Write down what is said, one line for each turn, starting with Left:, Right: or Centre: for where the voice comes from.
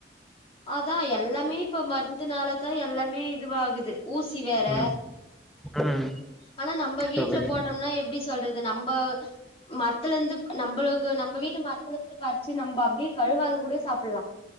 Left: அதா எல்லாமே இப்ப மருந்துனால தான் எல்லாமே இதுவாகுது ஊசி வேற
Centre: ம் ம்
Left: ஆனா நம்ம வீட்டுல
Centre: சகோதரி
Left: போட்டோம்னா எப்படி சொல்றது நம்ம மரத்தல இருந்து நம்மளுக்கு நம்ம வீட்டு மர த்துல இருந்து பறிச்சு நம்ம அப்படியே கழுவாத கூட சாப்பிடலாம்